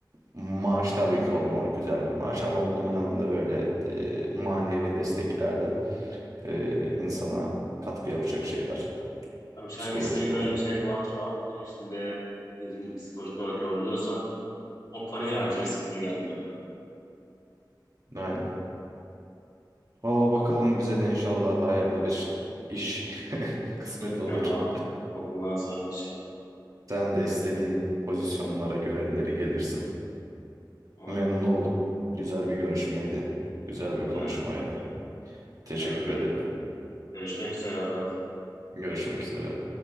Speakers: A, on the right; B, on the left.
A: maaş tabii ki olmalı güzel bir maaş ama bunun yanında böyle eee, manevi desteklerde eee, insana katkı yapacak şeyler
B: Tabii sen
A: psikolojik
B: istediğin kadar
A: olarak.
B: yüksek maaş al. Gün içinde dediğin gibi psikolojik olarak yoruluyorsan O parayı harcayasım bile gelmiyor zaten.
A: Aynen. Valla bakalım bize de inşallah hayırlı bir iş <laughs> kısmet
B: İnşallah
A: olur.
B: bu okuldan sonra inşallah.
A: Sen de istediğin pozisyonlara, görevleri gelirsin.
B: Umarım.
A: Memnun oldum. Güzel bir görüşmeydi. Güzel bir konuşmaydı.
B: Ben,
A: Teşekkür
B: ben de öyle.
A: ederim.
B: Görüşmek üzere Azat.
A: Görüşmek üzere.